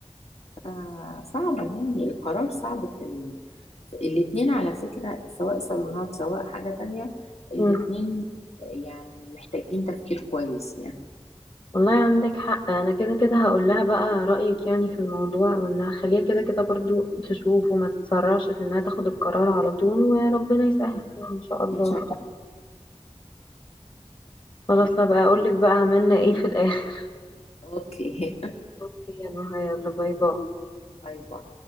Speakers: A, on the left; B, on the left.
A: فصعبة يعني القرار صعب في ال... في الاتنين على فكرة سواء صالونات سواء حاجة تانية الاتنين
B: م.
A: يعني محتاجين تفكير كويس يعني
B: والله عندك حق انا كده كده هقول لها بقى رأيك يعني في الموضوع وان هخليها كده كده برضو تشوف وما تتسرعش في انها تاخد القرار على طول وربنا يسهل يعني ان شاء الله
A: ان شاء
B: خلاص هبقى اقول لك بقى عملنا ايه في الاخر
A: الله اوكي
B: <laughs> يلا يلا باي باي
A: باي باي